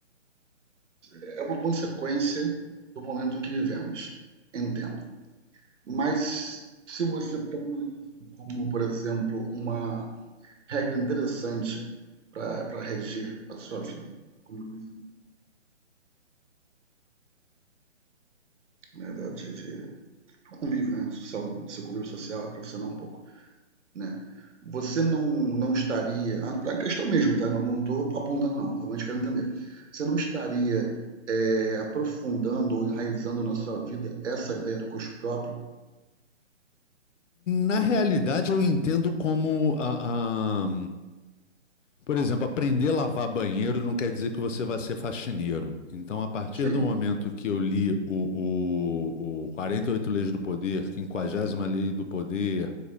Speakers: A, on the right; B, on the left.
A: é uma consequência do momento em que vivemos, entendo. Mas se você toma isso como, por exemplo, uma regra interessante para regir a sua vida, como né, da, de, de, do convívio, né, social, do seu convívio social e profissional um pouco, né? Você não, não estaria, a questão mesmo, tá? Não estou apontando não, realmente quero entender. Você não estaria é, aprofundando ou enraizando na sua vida essa ideia do custo próprio?
B: Na realidade, eu entendo como a, a- por exemplo, aprender a lavar banheiro não quer dizer que você vai ser faxineiro. Então, a partir
A: Sim.
B: do momento que eu li o, o, o 48 Leis do Poder, quinquagésima Lei do Poder,